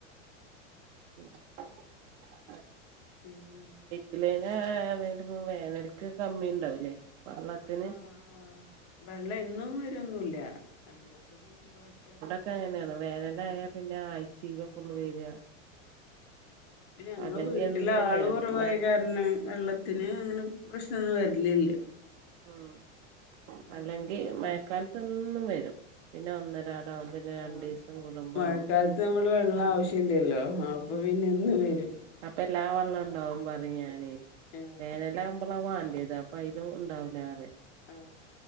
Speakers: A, on the right; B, on the left.
A: <inaudible>
B: പിന്നെ
A: പിലേന കഴിഞ്ഞിട്ടിപ്പം വേനൽക്ക് കമ്മി ഉണ്ടാവില്ലേ വള്ളത്തിന്
B: ആഹ് ആഹ് വെള്ളം എന്നും വരൊന്നുംല്ല രണ്ട്സം കൂടുമ്പോഴൊക്കെ
A: ക്ക്‌ അങ്ങനെയാണ് വേനല് ആയാൽ പിന്നെ ആ്ചയിലൊക്കെ ഉള്ളു വരിക
B: ആ ഞങ്ങള്
A: അല്ലെങ്കി
B: വീട്ടിലാള്
A: എന്നും വരും
B: കുറവായികാര
A: മ
B: പിന്നെ വെള്ളത്തിന് അങ്ങനെ പ്രശ്നൊന്നും വരലില്ലേ
A: ഉം
B: വെള്ളണ്ടാവ
A: അല്ലെങ്കി മഴക്കാലത്തൊന്നും വരും പിന്നെ ഒന്നരാടാവും പിന്നെ
B: ആഹ്
A: രണ്ടീസം കൂടുമ്പാവും
B: മഴക്കാലത്ത് നമ്മള് വെള്ളം
A: ഉം
B: ആവശ്യല്ലല്ലോ അപ്പൊ പിന്നെ എന്നും വരും
A: അപ്പല്ലാ വെള്ള ഉണ്ടാവും പറയാനെ
B: <inaudible>
A: വേനലാവുമ്പളാ വാണ്ടിയത് അപ്പൊ അതിലും ഉണ്ടാവൂല ആറയും
B: ആ